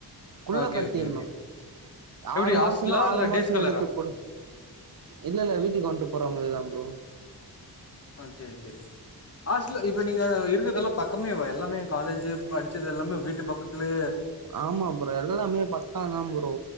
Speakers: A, on the right; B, on the left.
A: குள்ள
B: ஓகே
A: கட்டின்னு
B: ஓகே ஓகே எப்டி
A: ஆறு மாசன்னா
B: ஹாஸ்டலா
A: ஆறு
B: இல்ல
A: மாசோ
B: டேஸ் ஸ்காலரா
A: எடுத்துக் கொடு இல்ல இல்ல வீட்டுக்கு வன்ட்டு போற மாரிதா ப்ரோ
B: ஆ சேரி சேரி ஹாஸ்டல இப்ப நீங்க இருக்கதெல்லா பக்கமேவா எல்லாமே காலேஜி படிச்சது எல்லாமே வீட்டு பக்கத்துலே
A: ஆமா ப்ரோ எல்லாமே பக்கோ தா ப்ரோ